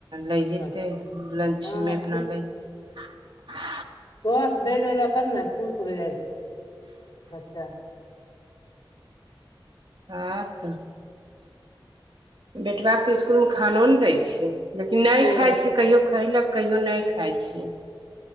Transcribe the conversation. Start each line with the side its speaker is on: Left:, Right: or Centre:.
Right: लै जेतै
Left: अच्छा
Right: अपना लाग जतै लन्चमे
Left: हँ
Right: अपना लाग जतै
Left: सस दै द पर ने खुश हो जाइ छै बच्चा
Right: हँं त बेटबाके तऽ इसकुलमे खानो ने दै छै लेकिन नय
Left: ओ
Right: खाइ
Left: अच्छा
Right: छै कहियो खयलक कहियो नइ खाइत छै